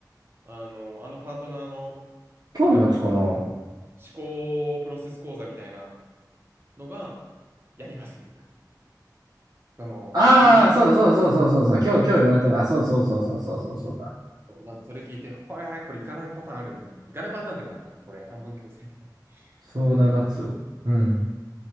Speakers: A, on the right; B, on the right.
A: あの、あのパートナーの、
B: 今日のやつかな
A: なんだっけ、思考プロセス講座みたいなのが、やりますみたいな。その、
B: ああー、
A: 5時、
B: そうだそうだそうだそうだそうだ、今日、今日言われたな、あそうそうそうそうそうそうそうだ。
A: なんかそれ聞いて、ほえー、これ行かないパターンあるみたいな。行かないパターンっていうか、なんかこれ半分強制みたい
B: そうだガツオうん。
A: な。うーん。